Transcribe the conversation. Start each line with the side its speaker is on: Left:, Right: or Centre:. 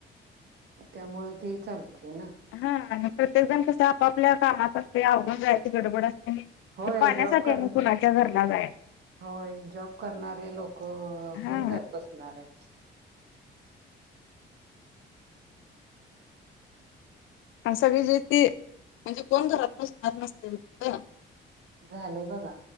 Right: त्यामुळे ते चालते. ना
Left: हा प्रत्येक जण कस आपापल्या कामात असते अवघून जायची गडबड असते. आणि ते
Right: होय
Left: पाण्यासाठी
Right: जॉब कर
Left: आम्ही कुणाच्या घरला.. जायाचं.
Right: होय जॉब करणारे लोक
Left: हा
Right: कोण जात बसणार आहे.
Left: सगळी जे ते म्हणजे कोण घरात नसते तिथे
Right: झालंय बघा